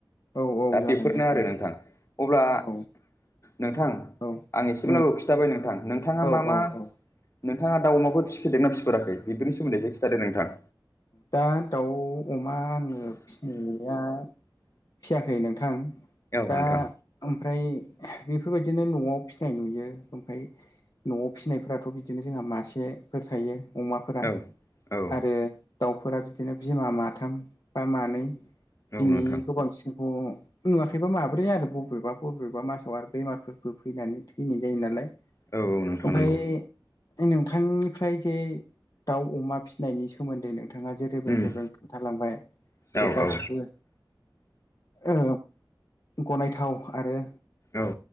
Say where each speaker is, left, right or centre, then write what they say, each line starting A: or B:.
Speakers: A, on the left; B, on the left.
A: औ औ
B: दा
A: जागोन
B: बेफोरनो
A: जागोन
B: आरो नोंथां अब्ला
A: नोंथां
B: नोंथां
A: औ
B: आं एसेब्लाबो
A: नों
B: खिन्थाबाय नोंथां नोंथांङा
A: औ
B: मा मा
A: औ औ
B: नोंथांङा दाउ अमाखौ फिफेरदोंना फिफेराखै बेनि सोमोन्दै एसे खिनथादो नोंथां।
A: दा दाउ अमा आंङो फिनाया फियाखै नोंथां
B: औ
A: दा
B: नोंथां
A: ओमफ्राय बेफोरबायदि बिदिनो न'आव फिसिनाय नुयो ओमफ्राय न'आव फिसिनायफोराथ' बिदिनो जोंहा मासेफोर थायो। अमाफोरा
B: औ औ
A: आरो दाउफोरा बिदिनो बिमा माथाम बा मानै
B: औ
A: बिनि
B: नोंथां
A: गोबांसिन नुवाखैबा माब्रै आरो बबेबा बबेबा मासाव आरो बेमारफोरबो फैनानै थैनाय जायो नालाय।
B: औ औ नोंथां
A: ओमफाय
B: नंगौ
A: नोंथांनिफ्राय जे दाउ अमा फिसिनायनि सोमोन्दै नों थांङा जे रेबें
B: उम
A: रेबें खोन्थालांबाय
B: औ
A: बे गासिबो
B: औ
A: ओ गनायथाव आरो
B: औ